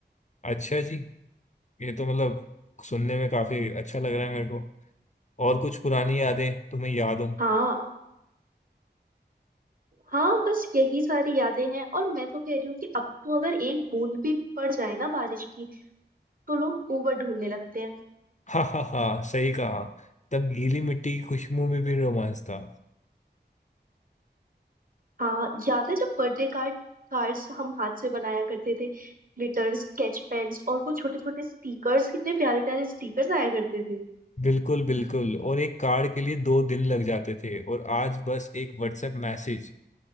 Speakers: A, on the left; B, on the right.
A: अच्छा जी ये तो मतलब सुनने में काफी अच्छा लग रहा है मेरे को और कुछ पुरानी यादें तुम्हें याद हो <laughs>
B: हाँ हाँ बस यही सारी यादें हैं और मैं तो कह रही हूँ कि अब तो अगर एक बूंद भी पड़ जाए ना बारिश की तो लोग ऊबर ढूंढने लगते हैं
A: हाँ हाँ हाँ सही कहा तब गीली मिट्टी की खुशबू में भी रोमांच था
B: हाँ याद है जब बर्थडे कार्ड कार्ड्स हम हाथ से बनाया करते थे ग्लिटर्स स्केच पेन्स और वो छोटे छोटे स्टिकर्स कितने प्यारे प्यारे स्टिकर्स आया करते थे
A: बिल्कुल बिल्कुल और एक कार्ड के लिए दो दिन लग जाते थे और आज बस एक व्हाट्सएप मैसेज